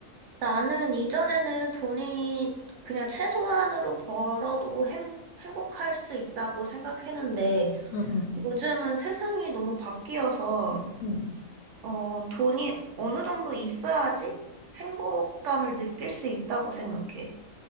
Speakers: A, on the right (about 65°); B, on the left (about 75°).
A: 나는 이전에는 돈이 그냥 최소한으로 벌어도 행, 행복할 수 있다고 생각했는데
B: 응, 응,
A: 요즘은 세상이 너무 바뀌어서
B: 응.
A: 어, 돈이 어느 정도 있어야지 행복감을 느낄 수 있다고 생각해.